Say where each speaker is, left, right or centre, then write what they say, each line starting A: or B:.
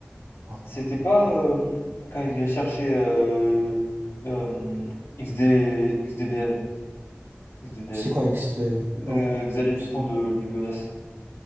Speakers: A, on the right; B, on the left.
A: ouais.
B: C'était pas, hem, quand il cherchait, heu, hem, XD XDVL, XDDL,
A: C'est quoi avec ce... non
B: heu, Xavier
A: Je
B: Dupont
A: sais-
B: de Ligonnès.